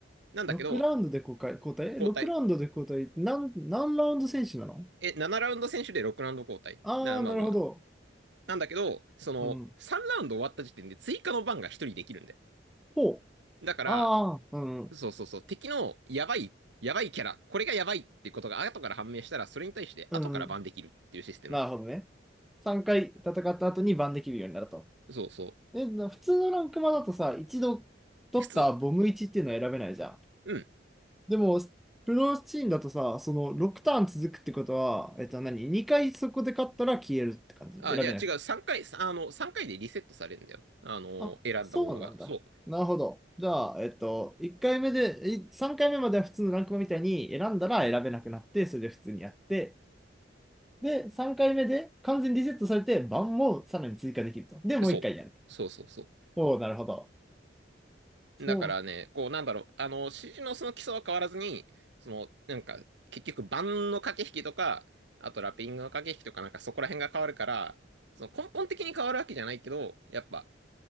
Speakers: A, on the right; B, in the centre.
A: なんだけど、
B: 6ラウンドで交代、交代え
A: 交代。
B: ?6 ラウンドで交代、なん、何ラウンド選手なの
A: え、7ラウンド選手で6ラウンド交代。
B: ああー、
A: な、まあまあ。
B: なるほど。
A: なんだけど、その、
B: うん。
A: 3ラウンド終わった時点で追加の番が1人できるんだよ。
B: ほう。
A: だから、
B: ああ、うん。
A: そうそうそう、敵のやばい、やばいキャラ、これがやばいってことが後から判明したら、それに対して後からバンできるっていうシステム。
B: うん。なるほどね。3回戦った後にバンできるようになると。
A: そうそ
B: で、な普通のランクマだとさ、一度取ったボム1っていうのは選べないじゃん。
A: う。普通、うん。
B: でも、プロチームだとさ、その6ターン続くってことは、えっと何 ?2 回そこで勝ったら消えるって感じ。
A: あ、
B: 選べない。
A: じゃあ違う、3回、あの、3回でリセットされるんだよ。あの、
B: あ、
A: 選んだものが。
B: そうなんだ。
A: そ
B: なるほど。じゃあ、えっと、1回目で、3回目までは普通のランクマみたいに選んだら選べなくなって、それで普通にやって、で、3回目で完全にリセットされて、番もさらに追加できると。で、もう1回やると。
A: う。そう。そうそうそ
B: おお、なるほど。そう。
A: う。だからね、こう、なんだろう、あの、指示のその基礎は変わらずに、その、なんか、結局、盤の駆け引きとか、あとラッピングの駆け引きとか、なんかそこら辺が変わるから、その根本的に変わるわけじゃないけど、やっぱ、